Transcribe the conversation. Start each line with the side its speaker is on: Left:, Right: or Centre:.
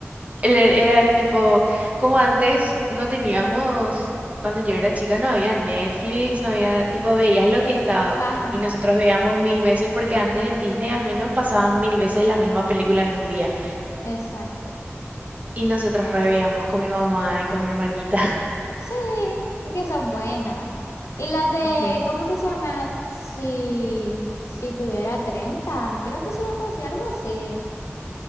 Right: él Era era tipo, como antes no teníamos, cuando yo era chica no había Netflix, no había, tipo, veías lo que estaba
Left: ajá,
Right: y nosotros veíamos mil veces porque antes en Disney al menos pasaban mil veces la misma película en un día
Left: exacto.
Right: y nosotros re veíamos con mi mamá y con mi hermanita. <laughs>
Left: Sí, es que son buenas. Y la de,
Right: Ujú.
Left: ¿cómo que se llama? Si, si tuviera 30 creo que se llama así, algo así.